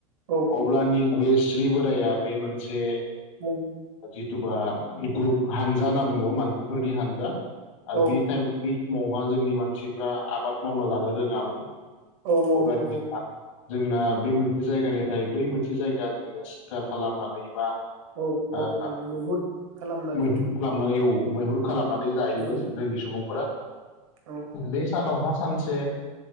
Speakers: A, on the right; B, on the left.
A: औ
B: अब्ला निनभेस स्रि बोराया बे मोनसे
A: औ
B: जिथु बा ग्रुप हानजा होनना बुङो मान फोरनि हान्जा आरो
A: औ
B: बि टाइम समावहा जोंनि मानसिफ्रा आबाद मावना जानो रोङामोन
A: औ औ
B: अब्लानिया
A: नंगौ
B: जोंना बे मोनसे जायगानिफ्राय बै मोनसे जायगा जोंङनो सिखार खालामनानै बा
A: औ
B: ओ
A: औ नंगौ मैहुर खालामनानै
B: मैहुर खालामनानै औ मैहुर खालामनानै जायोमोन
A: मानो
B: जोंनि सुबुंफोरा
A: औ
B: बे सानावहा सानसे